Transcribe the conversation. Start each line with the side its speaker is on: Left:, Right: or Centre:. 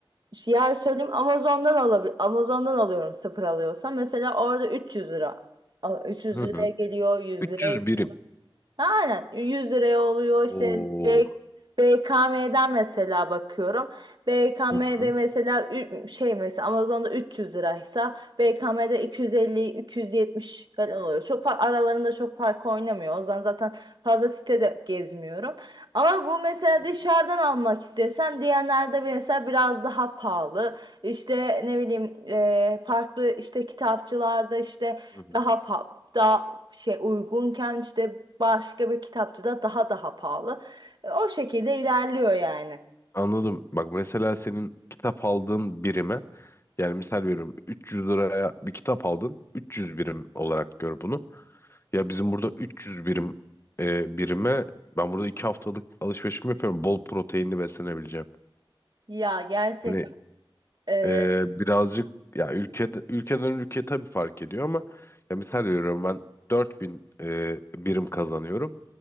Right: e, şu yer söyleyeyim Amazon'dan alabilir Amazon'dan alıyorum sıfır alıyorsam mesela orada 300 lira. Al- 300
Left: Hı
Right: liraya
Left: hı.
Right: geliyor, 100
Left: 300
Right: liraya
Left: birim.
Right: Aynen 100 liraya oluyor
Left: Oo.
Right: işte B- BKM'den mesela bakıyorum. BKM'de
Left: Hı hı.
Right: mesela ü- şey mesela Amazon'da 300 liraysa BKM'de 250-270 falan oluyor. Çok fark, aralarında çok fark oynamıyor. O zaman zaten fazla sitede gezmiyorum. Ama bu mesela
Left: Hı
Right: dışarıdan
Left: hı.
Right: almak istesen diyenlerde mesela biraz daha pahalı. İşte ne bileyim e, farklı işte kitapçılarda işte
Left: Hı hı.
Right: daha fa- daha şey uygunken işte başka bir kitapçıda daha daha pahalı. E, O şekilde ilerliyor yani.
Left: Anladım. Bak mesela senin kitap aldığın birime yani misal veriyorum 300 liraya bir kitap aldın 300 birim olarak gör bunu. Ya bizim burada 300 birim e, birime ben burada 2 haftalık alışverişimi yapıyorum. Bol proteinli beslenebileceğim.
Right: Ya gerçekten
Left: Hani
Right: e,
Left: e, birazcık ya ülkede, ülkeden ülkeye tabii fark ediyor ama ya misal veriyorum ben 4000 e, birim kazanıyorum.